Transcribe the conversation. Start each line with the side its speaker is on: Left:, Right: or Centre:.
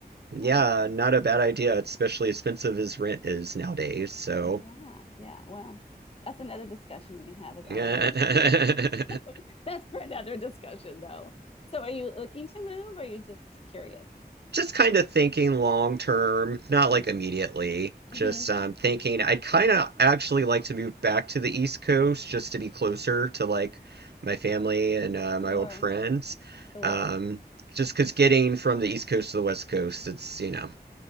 Right: Yeah,
Left: Yeah.
Right: not a bad idea, especially expensive as rent is nowadays. So
Left: Yeah. Yeah. Well, that's another discussion we can have is RV.
Right: <laughs> Just
Left: <laughs> That's for another discussion though. So are you looking to move or are you just curious?
Right: kind of thinking long term, not like immediately.
Left: hmm
Right: Just um, thinking I'd kind of actually like to move back to the East Coast just to be closer to like my family and uh, my
Left: Sure.
Right: old friends.
Left: Sure.
Right: Um, just because getting from the East Coast to the West Coast, it's, you know,